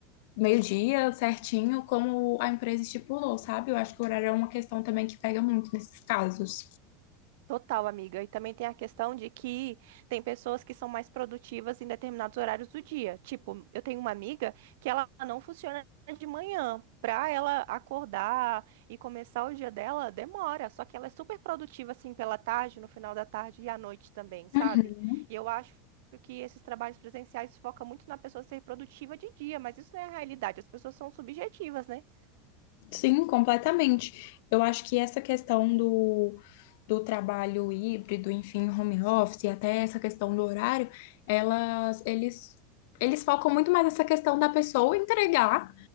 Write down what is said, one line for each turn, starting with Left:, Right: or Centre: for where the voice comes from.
Left: meio-dia, certinho, como a empresa estipulou, sabe? Eu acho que o horário é uma questão também que pega muito nesses casos.
Right: Total, amiga. E também tem a questão de que tem pessoas que são mais produtivas em determinados horários do dia. Tipo, eu tenho uma amiga que ela não funciona de manhã. Pra ela acordar e começar o dia dela, demora. Só que ela é super produtiva, assim, pela tarde, no final da tarde e à noite também, sabe?
Left: Uhum.
Right: E eu acho que esses trabalhos presenciais focam muito na pessoa ser produtiva de dia, mas isso não é a realidade. As pessoas são subjetivas, né?
Left: Sim, completamente. Eu acho que essa questão do, do trabalho híbrido, enfim, home office, e até essa questão do horário, elas, eles, eles focam muito mais nessa questão da pessoa entregar